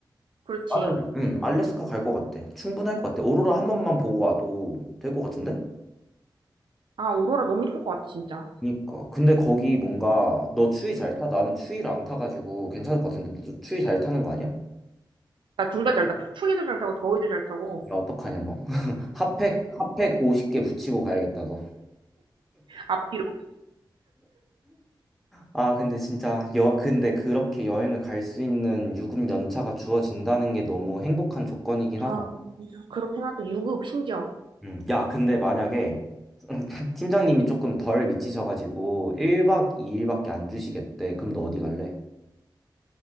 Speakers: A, on the right; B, in the centre.
A: 그렇지.
B: 나는 음, 알래스카 갈 것 같아. 충분할 것 같아. 오로라 한 번만 보고 와도 될 것 같은데?
A: 아, 오로라 너무 이쁠 것 같아, 진짜.
B: 그니까. 근데 거기 뭔가 너 추위 잘 타? 나는 추위를 안 타가지고 괜찮을 것 같은데 너 추위 잘 타는 거 아니야?
A: 나 둘 다 잘 타. 추위도 잘 타고, 더위도 잘 타고,
B: 야 어떡하냐 너? <laughs> 핫팩 핫팩 50개 붙이고 가야겠다 너.
A: 앞뒤로.
B: 아 근데 진짜 여 근데 그렇게 여행을 갈 수 있는 유급 연차가 주어진다는 게 너무 행복한 조건이긴 하다.
A: 아, 진짜. 그렇긴 하다. 유급, 심지어.
B: 음. 야 근데 만약에 <laughs> 팀장님이 조금 덜 미치셔가지고 1박 2일밖에 안 주시겠대. 그럼 너 어디 갈래?